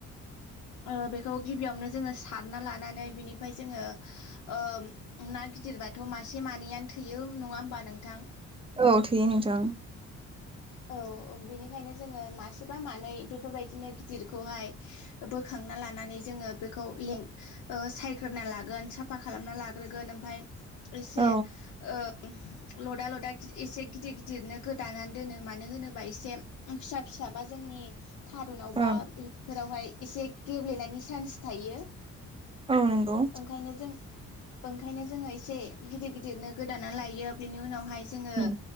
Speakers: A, on the left (about 75°); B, on the right (about 20°).
A: अ बे- खौ गिबियावनो जोङो सारना लानानै बिनिफ्राय जोङो अ ना गिदिरबाथ' मासे मा- नैयानो थैयो नङा होमबा नोंथां
B: औ थोयो नोंथां
A: औ - औ बेनिखायनो जोङो मासेबा मानै बेफोरबायदिनो गिदिरखौहाय बोखांना लानानै जोङो बेखौ लें ओ सायग्रोना लागोन साफा खालामना लाग्रोगोन ओमफ्राय एसे
B: औ
A: ओ लदा-लदा गि एसे गिदिर-गिदिरनो गोदाना दोनो। मानो होनोबा एसे फिसा-फिसा बा जोंनि थारुनाव
B: औ
A: बा बेफोरावहाय एसे गेब्लेनायनि चान्स थायो।
B: नंगौ
A: ओंखायनो जों ओंखायनो जोङो एसे गिदिर गिदिरनो गोदाना लायो बेनि उनावहाय जोङो
B: नंगौ